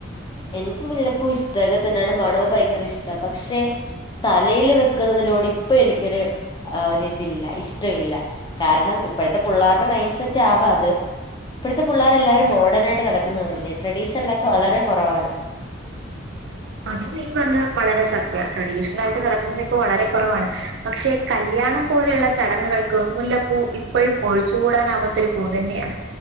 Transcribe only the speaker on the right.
അത് നീ പറഞ്ഞ വളരെ സത്യ ക്രഡീഷണൽ ആയിട്ട് നടക്കുന്നത് ഇപ്പോൾ വളരെ കുറവാണ് പക്ഷെ കല്യാണം പോലെയുള്ള ചടങ്ങുകൾക്ക് മുല്ലപ്പൂ ഇപ്പോഴും ഒഴിച്ചുകൂടാനാവാത്തൊ ഒരു പൂ തന്നെയാണ്